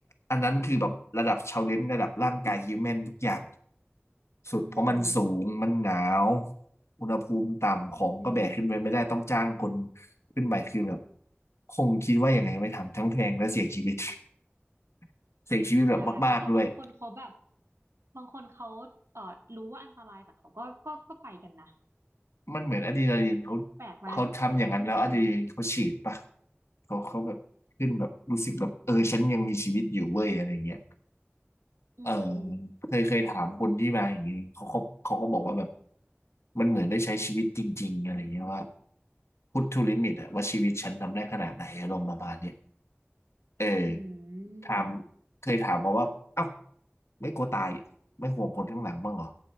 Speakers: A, on the left; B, on the right.
A: อันนั้นคือแบบระดับชาเลนจ์ระดับร่างกายฮิวแมนทุกอย่าง สุดเพราะมันสูงมันหนาว
B: อืม
A: อุณหภูมิต่ำของก็แบกขึ้นไปไม่ได้ต้องจ้างคน
B: อืม
A: ขึ้นไปคือแบบคงคิดว่ายังไงไม่ทำทั้งแพงและเสี่ยงชีวิต <laughs> เสี่ยงชีวิตแบบมากๆด้วย
B: ใช่ค่ะแต่บางคนเขาแบบบางคนเขาเอ่อรู้ว่าอันตรายแต่เขาก็ก็ก็ไปกันนะ
A: มันเหมือนอะดรีนาลีนเขา
B: แปลกไหม
A: เขาทำอย่างนั้นแล้วอะดรีนาลีนเขาฉีดปะ
B: อืม
A: เขาเขาแบบขึ้นแบบรู้สึกแบบเออฉันยังมีชีวิตอยู่เว้ยอะไรเงี้ย
B: อืม
A: เออเคยเคยถามคนที่มาอย่างนี้เขาเขาเขาก็บอกว่าแบบมันเหมือนได้ใช้ชีวิตจริงๆอะไรเงี้ยว่าพุท t ูลิมิตอะว่าชีวิตฉันทำได้ขนาดไหนอารมณ์ประมาณเนี้ยเออ
B: อื
A: ถาม
B: ม
A: เคยถามเขาว่าเอ้าไม่กลัวตายเหรอไม่ห่วงคนข้างหลังบ้างเหรอ